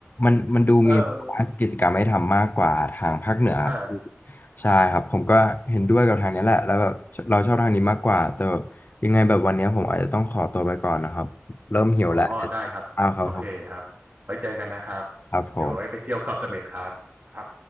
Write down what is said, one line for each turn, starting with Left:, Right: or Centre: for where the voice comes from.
Left: มันมันดูมี
Right: เออ
Left: กิจกรรมให้ทำมากกว่าทางภาคเหนือครับพี่
Right: ใช่
Left: ใช่ครับ ผมก็เห็นด้วยกับทางนี้แหละแล้วแบบเราชอบทางนี้มากกว่า แต่แบบยังไงแบบวันนี้ผมอาจจะต้องขอตัวไปก่อนนะครับ เริ่มหิวแล้วเดี๋ยวกิ้าวครับผม
Right: อ๋อได้ครับโอเคครับไว้เจอกันนะครับ
Left: ครับผม
Right: เดี๋ยวไว้ไปเที่ยวเกาะเสม็ดครับครับ